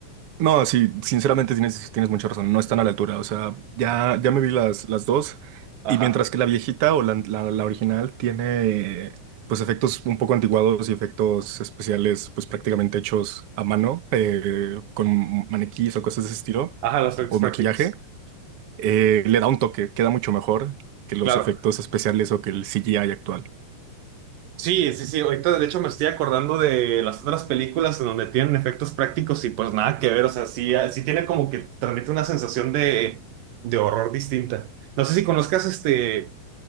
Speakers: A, on the right (about 60°); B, on the right (about 75°).
A: No, sí, sinceramente tienes, tienes mucha razón, no están a la altura, o sea, ya, ya me vi las, las dos
B: Ajá,
A: y mientras que la viejita o la, la, la original tiene pues efectos un poco antiguados y efectos especiales pues prácticamente hechos a mano eh, con maniquíes o cosas de ese estilo
B: ajá, los efectos
A: o
B: prácticos,
A: maquillaje, eh, le da un toque, queda mucho mejor que los
B: claro.
A: efectos especiales o que el CGI actual.
B: Sí, sí, sí. Ahorita, de hecho, me estoy acordando de las otras películas en donde tienen efectos prácticos y pues nada que ver. O sea, sí, ah, sí tiene como que transmite una sensación de, de horror distinta. No sé si conozcas este,